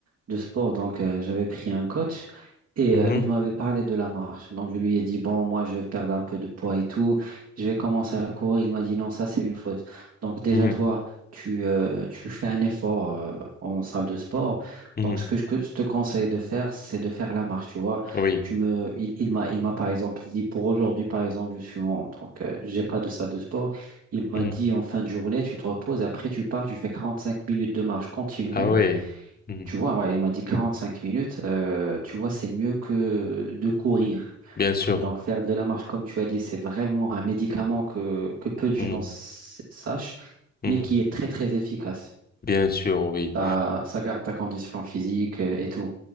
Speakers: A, on the right (about 55°); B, on the left (about 30°).
A: de sport. Donc, euh, j'avais pris un coach et
B: Mhm,
A: euh, il m'avait parlé de la marche. Donc, je lui ai dit, bon, moi, je vais perdre un peu de poids et tout. Je vais commencer à courir. Il m'a dit, non, ça, c'est une faute. Donc, déjà,
B: mhm,
A: toi, tu, euh, tu fais un effort euh, en salle de sport.
B: mhm.
A: Donc, ce que je que je te conseille de faire, c'est de faire la marche, tu vois.
B: Oui.
A: Tu me, il, il m'a, il m'a, par exemple, dit, pour aujourd'hui, par exemple, je suis en, donc, euh, j'ai pas de salle de sport. Il m'a
B: mhm.
A: dit, en fin de journée, tu te reposes et après, tu pars, tu fais 45 minutes de marche continue.
B: Ah ouais. Mhm.
A: Tu vois, ouais, il m'a dit 45 minutes. euh, tu vois, c'est mieux que de courir.
B: Bien sûr.
A: Donc, faire de la marche, comme tu as dit, c'est vraiment un médicament que, que peu de gens
B: Mhm,
A: s- sachent,
B: mhm.
A: mais qui est très, très efficace.
B: Bien sûr, oui.
A: Ça, ça garde ta condition physique euh, et tout.